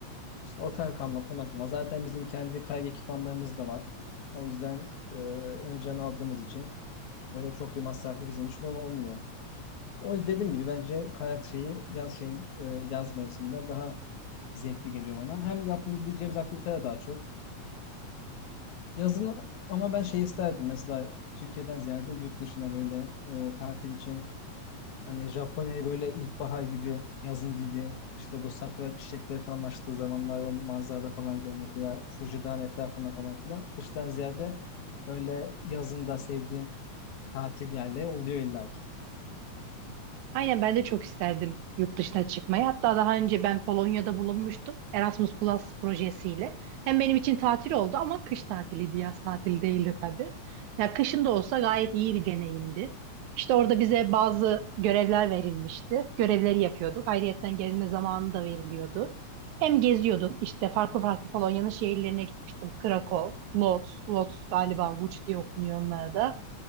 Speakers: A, on the left (about 80°); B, on the right (about 85°).
A: İşte otel kalma, konaklama. Zaten bizim kendi kayak ekipmanlarımız da var. O yüzden e, önceden aldığımız için böyle çok bir masraflı bizim için ol- olmuyor. O yüzden dediğim gibi bence kayak şeyi yaz şeyin e, yaz mevsiminden daha zevkli geliyor bana. Hem yapabileceğimiz aktiviteler daha çok. Yazın ama ben şey isterdim mesela Türkiye'den ziyade yurt dışına böyle e, tatil için hani Japonya'yı böyle ilkbahar gibi yazın gibi işte bu sakura çiçekleri falan açtığı zamanlar o manzarada falan görmek veya Fuji Dağı'nın etrafında falan filan kıştan ziyade öyle yazında sevdiğim tatil yerleri oluyor illaki.
B: Aynen ben de çok isterdim yurt dışına çıkmayı. Hatta daha önce ben Polonya'da bulunmuştum Erasmus Plus projesiyle. Hem benim için tatil oldu ama kış tatiliydi, yaz tatili değildi tabii. Ya kışın da olsa gayet iyi bir deneyimdi. İşte orada bize bazı görevler verilmişti. Görevleri yapıyorduk. Ayrıyeten gezme zamanı da veriliyordu. Hem geziyorduk işte farklı farklı Polonya'nın şehirlerine gitmiştim. Krakow, Lodz, Lodz galiba Łódź diye okunuyor onlar da.